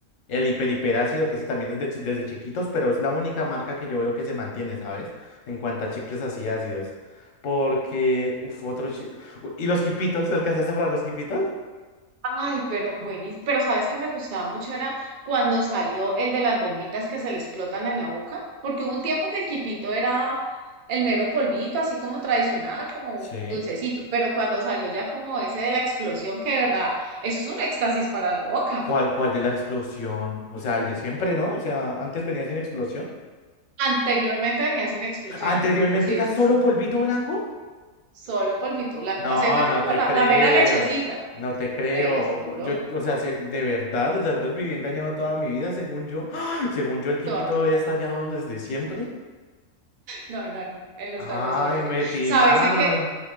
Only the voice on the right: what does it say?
Ay, pero buenísimo. Pero sabes que me gustaba mucho era cuando salió el de las bombitas que se le explotan en la boca, porque hubo un tiempo que el quipito era el mero polvito, así como tradicional, como
dulcecito, pero cuando salió ya como ese de la explosión, que de verdad, eso es un éxtasis para la boca.
Anteriormente venía sin explosión.
Sí,
sí,
sí.
Solo polvito blanco.
Hace de cuenta
como
la,
la mera lechecita,
te lo aseguro,
toda
tu vida.
No, no, no. El nostalgia
sobre
sí.
¿Sabes en qué?